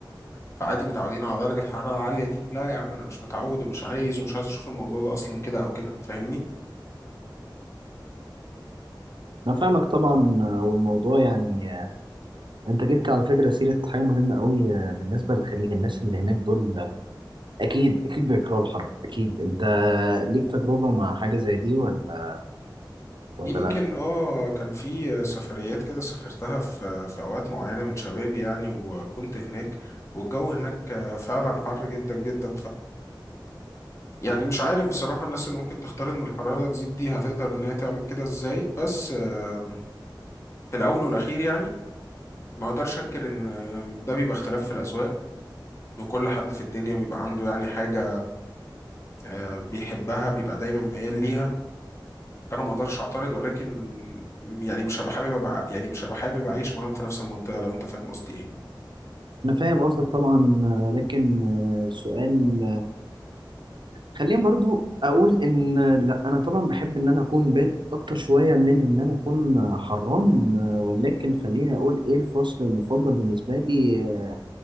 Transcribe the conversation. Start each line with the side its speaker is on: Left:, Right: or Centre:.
Left: فعادي متعودين على درجه الحراره العاليه دي لا يا عم انا مش متعود ومش عايز ومش عايز اشوف الموضوع ده اصلا كده او كده فاهمني
Right: انا فاهمك طبعا آه، والموضوع يعني آه، انت جبت على فكرة سيرة حاجة مهمة قوي آه، بالنسبة للخليج الناس اللي هناك دول آه، اكيد اكيد بيكرهوا الحر اكيد انت ليك تجربة مع حاجة زي دي ولا ولا
Left: يمكن
Right: لا
Left: اه كان في آه، سفريات كده سافرتها في في اوقات معينه من شبابي يعني وكنت هناك والجو هناك آه، فعلا حر جدا جدا يعني مش عارف بصراحة الناس اللي ممكن تختار إن الحرارة تزيد دي هتقدر إن هي تعمل كده إزاي بس آه، في الأول والأخير يعني ما أقدرش أنكر إن آه، ده بيبقى اختلاف في الأذواق وكل حد في الدنيا بيبقى عنده يعني حاجة آه، بيحبها بيبقى دايما ميال ليها فأنا ما أقدرش أعترض ولكن يعني مش هبقى حابب أبقى يعني مش هبقى حابب أعيش معاهم في نفس المنطقة لو أنت فاهم قصدي إيه
Right: انا فاهم قصدك طبعا آه، لكن آه، السؤال خليني برضو اقول ان لا انا طبعا بحب ان انا اكون بارد اكتر شويه من ان انا اكون حران ولكن خليني اقول ايه الفصل المفضل بالنسبه لي